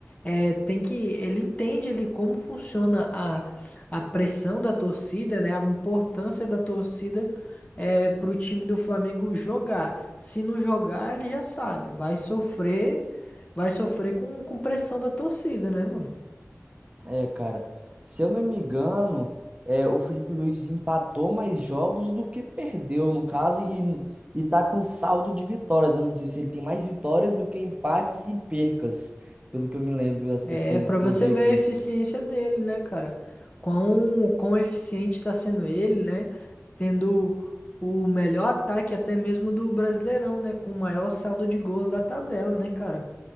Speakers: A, on the left; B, on the right.
A: É, tem que, ele entende ali como funciona a, a pressão da torcida, né? A importância da torcida é, para o time do Flamengo jogar. Se não jogar, ele já sabe, vai sofrer, vai sofrer com, com pressão da torcida, né, mano?
B: É, cara, se eu não me engano, é, o Felipe Luiz empatou mais jogos do que perdeu, no caso, e, e tá com saldo de vitórias, vamos dizer assim, ele tem mais vitórias do que empates e percas, pelo que eu me lembro das
A: É
B: pesquisas
A: para
B: que
A: você
B: eu vi
A: ver
B: aqui.
A: a eficiência dele, né, cara? Quão, quão eficiente está sendo ele, né? Tendo o melhor ataque até mesmo do Brasileirão, né? Com o maior saldo de gols da tabela, né, cara?